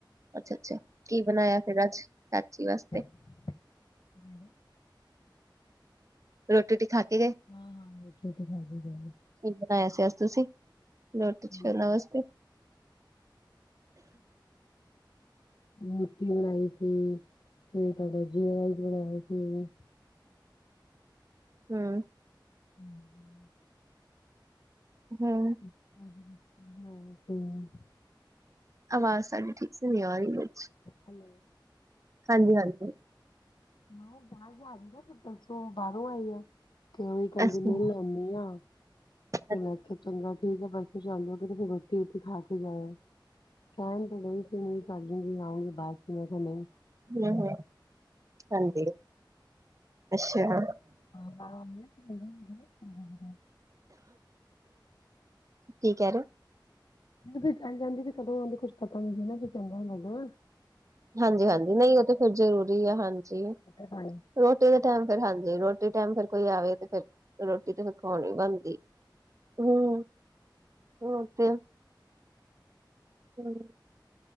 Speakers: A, on the right; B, on the left.
A: ਅੱਛਾ-ਅੱਛਾ ਕੀ ਬਣਾਏਆ ਫੇਰ ਅੱਜ ਚਾਚੀ ਵਾਸਤੇ?
B: <inaudible>
A: ਰੋਟੀ ਰੁਟੀ ਖਾ ਕੇ ਗਏ?
B: ਹਾਂ-ਹਾਂ ਰੋਟੀ-ਰੁਟੀ ਖਾਕੇ ਗਏ ਨੇ।
A: ਕੀ ਬਣਾਏਆ ਸੀ ਅੱਜ ਤੁਸੀਂ?
B: <unintelligible>
A: ਰੋਟੀ ਚ ਉਹਨਾਂ ਵਾਸਤੇ
B: ਰੋਟੀ ਬਨਾਈ ਸੀ ਤੇ ਫੇਰ ਤਾਡਾ ਜੀਰਾ ਬਨਾਯਾ ਸੀ
A: ਹਾਂ।
B: ਹੂੰ-ਹੂੰ
A: <unintelligible>
B: <inaudible>
A: ਆਵਾਜ਼ ਸਾਡੀ ਠੀਕ ਸੀ‌ ਨੀ ਆਰੀ ਵਿਚ
B: ਹੈਲੋ
A: ਹਾਂਜੀ-ਹਾਂਜੀ
B: ਨਾ ਓ ਬਾਰ ਜਾਰੀ ਨਾ ਫਿਰ ਪਰਸੋਂ ਬਾਰੋ ਆਈ ਆ ਤੇ ਓ ਕੈਂਦੀ
A: ਅੱਛਾ
B: <unintelligible>
A: ਹਾਂਜੀ,
B: ਤੇ ਮੈਂ ਕਯਾ ਚੰਗਾ ਠੀਕ ਆ, ਪਰ ਤੇ ਫੇਰ ਰੋਟੀ ਰੂਟੀ ਖਾ ਕੇ ਜਾਯੋ। ਕੈਨ ਤੇ ਡਈ ਸੀ <unintelligible> ਆਊੰਗੀ ਬਾਦ ਚ ਮੈਂ ਕਯਾ ਨਈ
A: ਹੁੰ-ਹੁੰ, ਹਾਂਜੀ, ਅੱਛਾ।
B: <unintelligible>
A: ਕੀ ਕੈ ਰੇ ਓ?
B: ਜਦੋ ਚੱਲ ਜਾਂਦੇ ਨੇ ਕਦੋਂ ਆਦੇ ਕੁੱਛ ਪਤਾ ਨੀ ਨਾ ਫੇਰ ਚੰਗਾ ਨੀ ਲਗਦਾ
A: ਹਾਂਜੀ-ਹਾਂਜੀ ਨਈ ਓ ਤੇ ਫੇਰ ਜਰੂਰੀ ਏ ਹਾਂਜੀ
B: ਖਾ
A: ਰੋਟੀ ਦਾ ਟੈਮ ਫੇਰ ਹਾਂਜੀ ਰੋਟੀ ਟੈਮ ਫੇਰ ਕੋਈ ਆਵੇ ਤੇ ਫੇਰਰਰੋਟੀ ਤੇ ਫੇਰ ਖੁਵੋਣੀ ਬਣਦੀ, ਹੂੰ, ਹੂੰ ਤੇ ਹੂੰ